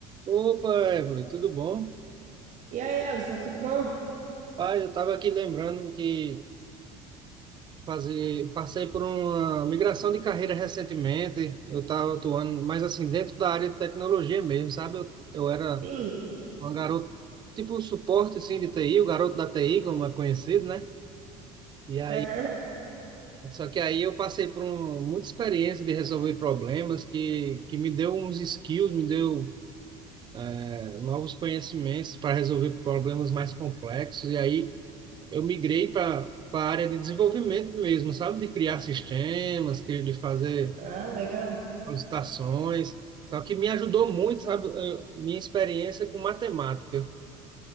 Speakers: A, on the right; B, on the right.
A: Opa, Evelyn, tudo bom?
B: E aí, Alisson, tudo bom?
A: Pai, eu estava aqui lembrando que fazer, passei por uma migração de carreira recentemente. Eu estava atuando mas assim dentro da área de tecnologia mesmo, sabe? Eu, eu era
B: Sim.
A: um garoto, tipo suporte assim, de TI, o garoto da TI, como é conhecido, né? E aí,
B: Aham.
A: só que aí eu passei por um, muita experiência de resolver problemas que, que me deu uns skills, me deu é, novos conhecimentos para resolver problemas mais complexos. E aí eu migrei para a área de desenvolvimento mesmo, sabe? De criar sistemas, que- de fazer
B: Ah, legal.
A: solicitações. Só que me ajudou muito, sabe? eh, Minha experiência com matemática.